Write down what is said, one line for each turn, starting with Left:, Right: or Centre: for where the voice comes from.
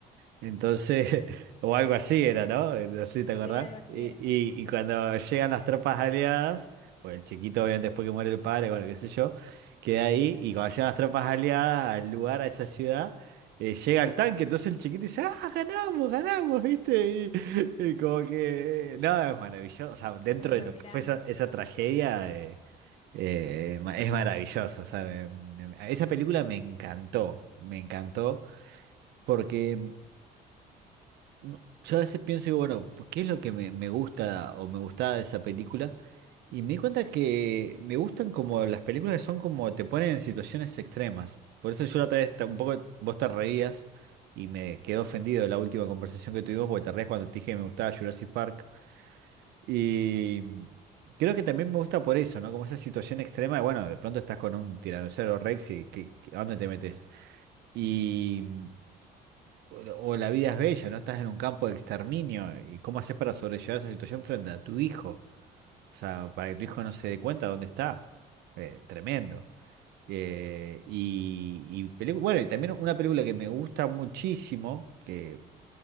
Right: Entonces, <laughs> o algo así era, ¿no? Eh, No sé si te acordás.
Left: sí, algo así
Right: Y,
Left: era.
Right: y,
Left: Sí,
Right: y cuando llegan las tropas aliadas, pues el chiquito, obviamente, después que muere el padre, bueno, qué sé yo, queda ahí. Y cuando llegan las tropas aliadas al lugar, a esa ciudad, eh, llega el tanque. Entonces el chiquito dice, ¡ah, ganamos, ganamos! ¿Viste? Y, y como que. eh, No, es maravilloso. O sea, dentro
Left: todo
Right: de
Left: lo
Right: lo
Left: miraba,
Right: que fue esa,
Left: sí.
Right: esa tragedia. eh, eh, ma- es maravilloso, o sea, me- me- Esa película me encantó, me encantó, porque no- yo a veces pienso, digo, bueno, pues, ¿qué es lo que me, me gusta o me gustaba de esa película? Y me di cuenta que me gustan como las películas que son como te ponen en situaciones extremas. Por eso yo la otra vez ta- un poco vos te reías y me quedé ofendido de la última conversación que tuvimos porque te reías cuando te dije que me gustaba Jurassic Park. Y creo que también me gusta por eso, ¿no? Como esa situación extrema de, bueno, de pronto estás con un tiranosaurio Rex y ¿qué- qué- ¿a dónde te metes? Y. O la o la vida es bella, no estás en un campo de exterminio. ¿Y cómo haces para sobrellevar esa situación frente a tu hijo? O sea, para que tu hijo no se dé cuenta de dónde está. Eh, tremendo. Eh, y, y pelicu- bueno, y también una película que me gusta muchísimo, que